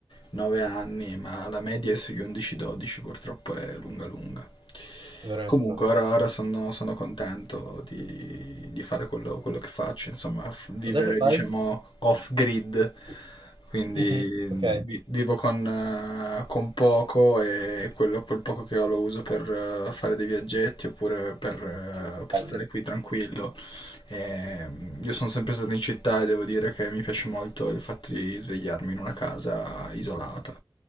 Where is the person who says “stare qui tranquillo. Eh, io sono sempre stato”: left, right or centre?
Left